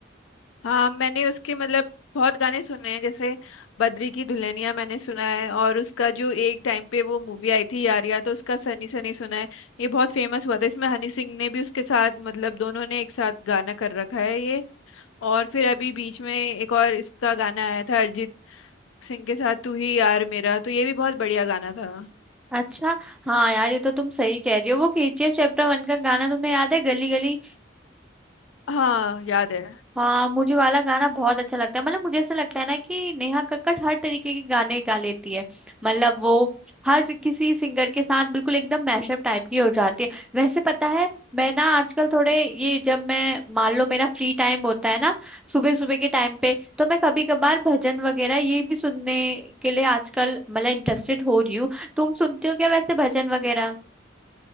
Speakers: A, on the left (about 80°); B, in the centre.
A: हाँ मैंने उसके मतलब बहुत गाने सुने हैं जैसे बद्री की दुल्हनिया मैंने सुना है और उसका जो एक टाइम पे वो मूवी आई थी यारिया तो उसका सनी सनी सुना है ये बहुत फेमस हुआ था इसमें हनी सिंह ने भी उसके साथ मतलब दोनों ने एक साथ गाना कर रखा है ये और फिर अभी बीच में एक और इसका गाना आया था अरिजीत सिंह के साथ तू ही यार मेरा तो ये भी बहुत बढ़िया गाना था
B: अच्छा हाँ यार ये तो तुम सही कह रही हो वो केजीएफ चैप्टर वन का गाना तुम्हें याद है गली गली
A: हाँ याद है
B: हाँ मुझे वाला गाना बहुत अच्छा लगता है मतलब मुझे ऐसा लगता है ना कि नेहा कक्कड़ हर तरीके के गाने गा लेती है मतलब वो हर किसी सिंगर के साथ बिल्कुल एकदम मैशअप टाइप की हो जाती है वैसे पता है मैं ना आजकल थोड़े ये जब मैं मान लो मेरा फ्री टाइम होता है ना सुबह सुबह के टाइम पे तो मैं कभी कभार भजन वगैरह ये भी सुनने के लिए आजकल मतलब इंटरेस्टेड हो रही हूँ तुम सुनते हो क्या वैसे भजन वगैरह